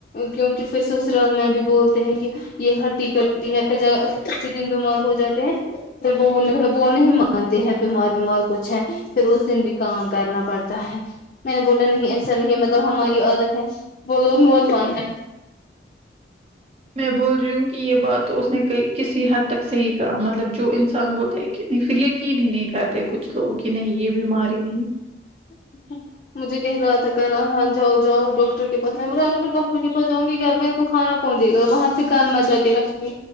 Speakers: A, on the left (about 45°); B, on the right (about 35°).
A: کیونکہ پھر سسرال میں بھی بولتے ہیں کہ یہ ہٹی کٹی ہے پھر جب کسی دن بیمار ہو جاتے ہیں پھر وہ وہ نہیں مانتے ہیں بیمار ومار کچھ ہے پھر اس دن بھی کام کرنا پڑ ٹا ہے میں نے بولا نہیں ایسا نہیں ہے مطلب ہماری عادت ہے وہ لوگ ناتوان ہیں
B: میں بول رہی ہوں کہ یہ بات تو اس نے ک کسی حد تک صحیح کہا مطلب جو انسان بولے کہ پھر یقین ہی نہیں کرتے کچھ لوگ کہ نہیں یہ بیمار ہی نہیں
A: <unintelligible> مجھے کہہ رہا تھا کہنا ہاں جاؤ جاؤ ڈاکٹر کے پاس میں بولا اگر ڈاکٹر کے پاس جاؤں گی گھر میں آپ کو کھانا کون دے گا وہاں سے گند مچا کے رکھیں